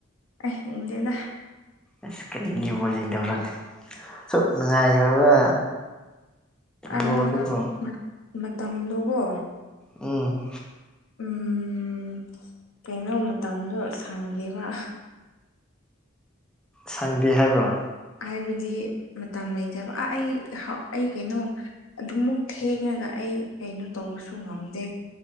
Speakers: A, on the left; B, in the centre.
A: ꯑꯩ ꯉꯦꯡꯗꯦꯗ
B: ꯑꯁ ꯀꯔꯤꯒꯤ ꯕꫭꯜ ꯌꯦꯡꯗꯕ ꯑꯁꯨꯛ ꯅꯨꯡꯉꯥꯏꯈ꯭ꯔꯕ
A: ꯑ
B: ꯕꯣꯜꯗꯨꯕꯣ
A: ꯑꯥ ꯃꯇꯝꯗꯣꯀꯣ
B: ꯎꯝ
A: ꯎꯝ ꯀꯩꯅꯣ ꯃꯇꯝꯗꯣ ꯁꯥꯡꯗꯦꯕ
B: ꯁꯪꯗꯦ ꯍꯥꯏꯕ꯭ꯔꯣ
A: ꯍꯥꯏꯕꯗꯤ ꯃꯇꯝ ꯂꯩꯇꯦꯕ ꯑꯥ ꯑꯩ ꯑꯩ ꯀꯩꯅꯣ ꯑꯗꯨꯃꯨꯛ ꯊꯦꯡꯉꯒ ꯑꯩ ꯀꯩꯅꯣ ꯇꯧꯕꯁꯨ ꯉꯝꯗꯦ